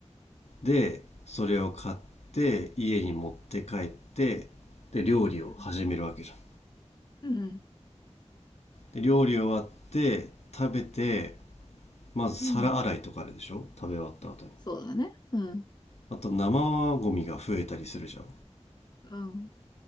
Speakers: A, on the left (about 70°); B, on the left (about 40°).
A: で、それを買って、家に持って帰って、で、料理を始めるわけじゃん。
B: うん。うん。
A: で、料理終わって、食べて、まず皿洗いとかあるでしょ食べ終わった後に。
B: うんそうだね。うん。
A: あと生ゴミが増えたりするじゃん。
B: うん。